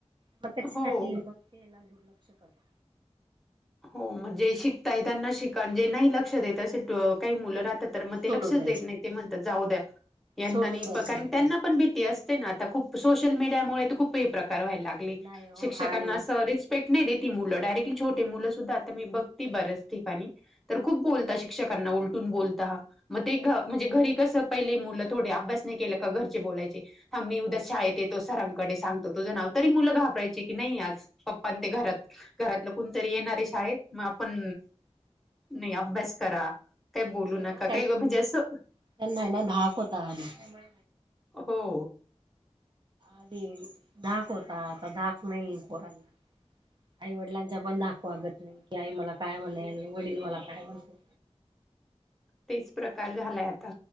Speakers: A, on the right; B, in the centre.
A: म त्याच्यासाठी
B: हो
A: मग ते ये ना दुर्लक्ष करता
B: हो म जे शिकताय त्यांना शिका. न जे नाही लक्ष देत असे काही मुलं राहतात तर म
A: सोडून
B: ते लक्षच
A: द्यायच
B: देत नाही. ते म्हणतात जाऊ द्या. यांना
A: सोडून
B: नई
A: द्यायचं
B: कारण त्यांना
A: मग
B: पण भीती असते ना. आता खूप सोशल मीडयामुळे त खूप हे प्रकार व्हायला लाग ले.
A: नाही हो
B: शिक्षकांना
A: आणि
B: अस रिस्पेक्ट नाही देती मुल डायरेक्टली छो टी मुलं सुद्धा आता मी बघती बऱ्याच ठिकाणी तर खूप बोलता. शिक्षकांना उलटून बोलताहा म ते घ म्हणजे, घरी कसं पहिले मुलं थोडे अभ्यास नाय केलं का घरचे बोलायचे थांब मी उद्या शाळेत येतो. सरांकडे सांगतो तुझं नाव, तरी मुलं घाबरायचे की नाई आज पप्पानं ते घरात, घरातलं कोणतरी येणार ये शाळेत. म आपण नाय अभ्यास करा. काय बोलू
A: नाही हो
B: नका. काय म्हणजे असं
A: त्यांना हाय ना धाक होता आधी त्यामुळे
B: हो.
A: आधी धाक होता. आता धाक नाही पोरांना आई वडिलांचा पण धाक वागत नाही. की आई मला काय म्हणेल, वडील मला काय म्हणतील.
B: तेच प्रकार झालाय आता,